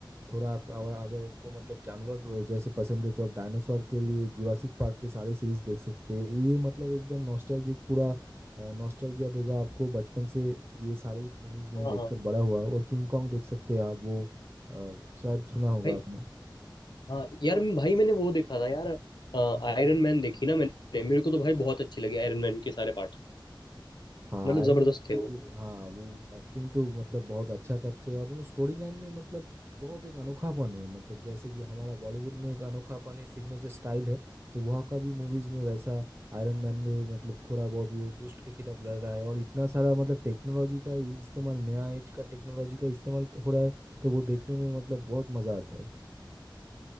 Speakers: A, on the right (about 30°); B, on the left (about 60°).
A: थोड़ा अक- और अगर को मतलब जानवर जैसे पसंद है तो आप डायनासोर के लिए जुरासिक पार्क के सारे सीरीज देख सकते हैं ये मतलब एकदम नॉस्टैल्जिक पूरा नॉस्टैल्जिया देगा आपको बचपन से ये सारी मूवीज मैंने
B: हाँ
A: देखकर
B: हाँ
A: बड़ा हुआ और किंग कॉन्ग देख सकते हैं आप वो अ, शायद सुना होगा
B: भाई
A: आपने
B: हाँ यार भाई मैंने वो देखा था यार आयरन मैन देखी ना मैंने मेरे को तो भाई बहुत अच्छी लगी आयरन मैन के सारे पार्ट
A: हाँ
B: मतलब
A: आयरन
B: जबरदस्त
A: मैन
B: थे
A: तो
B: वो
A: हाँ वो एक्टिंग तो मतलब बहुत अच्छा करते हैं और वो स्टोरी लाइन में मतलब बहुत एक अनोखापन है मतलब जैसे कि हमारा बॉलीवुड में एक अनोखापन है सिग्नेचर स्टाइल है तो वहाँ का भी मूवीज में वैसा आयरन मैन में मतलब थोड़ा बहुत वो दुष्ट के खिलाफ लड़ रहा है और इतना सारा मतलब टेक्नोलॉजी का इस्तेमाल नया एज का टेक्नोलॉजी का इस्तेमाल हो रहा है तो वो देखने में मतलब बहुत मजा आता है